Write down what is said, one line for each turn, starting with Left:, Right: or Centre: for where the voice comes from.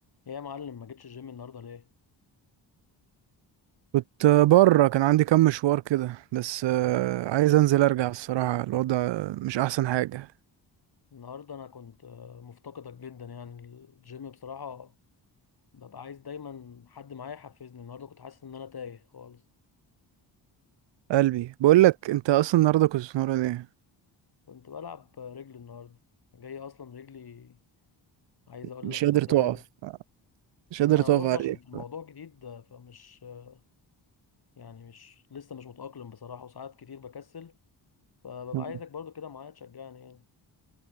Left: ايه يا معلم ما جيتش الجيم النهارده ليه
Right: كنت بره كان عندي كام مشوار كده بس آه، عايز انزل ارجع الصراحة الوضع مش احسن حاجة
Left: النهارده انا كنت آه، مفتقدك جدا يعني الجيم بصراحه ببقى عايز دايما حد معايا يحفزني النهارده كنت حاسس ان انا تايه خالص
Right: قلبي بقول لك انت اصلا النهارده كنت بتمرن ايه
Left: كنت بلعب رجلي النهارده جاي اصلا رجلي عايز اقول
Right: مش
Left: لك
Right: قادر
Left: شده
Right: تقف
Left: جامد
Right: مش
Left: انا
Right: قادر تقف
Left: برضه
Right: عليك
Left: عشان في الموضوع جديد آه، فمش آه، يعني مش لسه مش متاقلم بصراحه وساعات كتير بكسل فببقى
Right: مم.
Left: عايزك برضه كده معايا تشجعني يعني